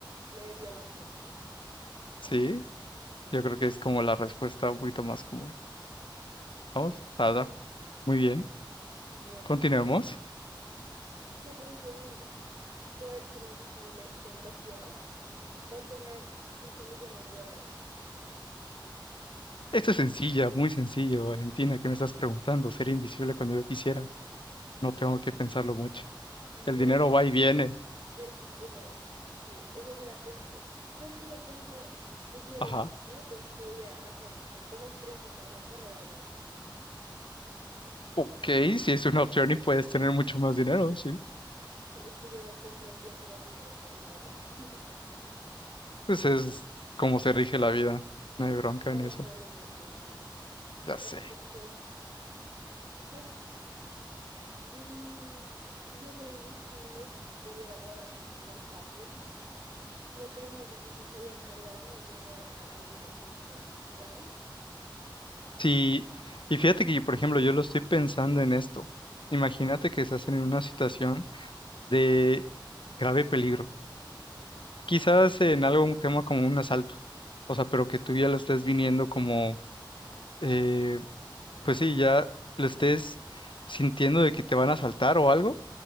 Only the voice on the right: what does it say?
leería las mentes.
<laughs>
Bueno,
¿qué preferirías? ¿Poder ser invisible cuando quieras o tener 5 millones de dólares?
Yo
Eh, bueno, sí, esa sí la pensé. Pero es que yo pensé que si era
invisible, pues podía hacer muchas cosas, principalmente robar bancos.
Eh,
sí, es que yo siempre pienso en el dinero por alguna razón. <laughs>
Lamentablemente,
sí.
Entonces,
pues, mm, si yo fuera invisible y pudiera robar así súper fácil, creo que lo más difícil sería encargarme de no dejar alguna pista, ¿sabes?